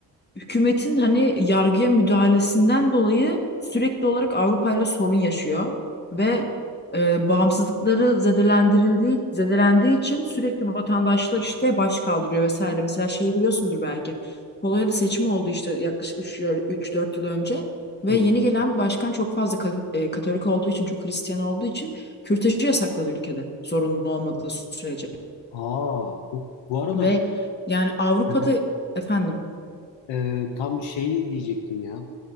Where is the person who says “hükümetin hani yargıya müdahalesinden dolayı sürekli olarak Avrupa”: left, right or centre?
Left